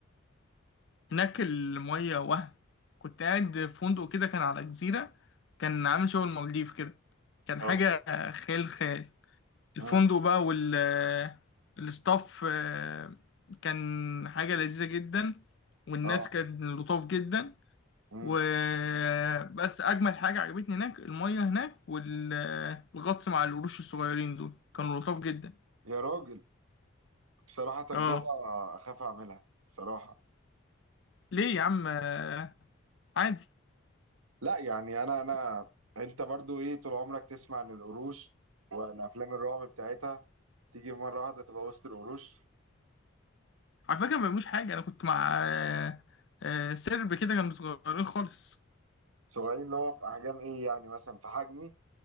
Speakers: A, on the left; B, on the right.
A: هناك الميه وهم كنت قاعد في فندق كده كان على جزيره كان عامل شغل المالديف كده كان
B: أه
A: حاجه خيال خيال الفندق
B: أمم،
A: بقى وال الستاف آه، كان حاجه لذيذه جدا والناس
B: أه
A: كانت لطاف جدا
B: أمم.
A: وبس اجمل حاجه عجبتني هناك الميه هناك والغطس مع القروش الصغيرين دول كانوا لطاف جدا
B: يا راجل بصراحة تجربة
A: اه
B: أخاف أعملها بصراحة
A: ليه يا عم آه، عادي
B: لا يعني انا انا انت برضو ايه طول عمرك تسمع ان القروش والافلام الرعب بتاعتها تيجي مره واحده تبقى وسط القروش
A: على فكره ما بيعملوش حاجه انا كنت مع آه، آه، سرب كده كانوا صغيرين خالص
B: صغيرين اللي هو في احجام ايه يعني مثلا في حجمي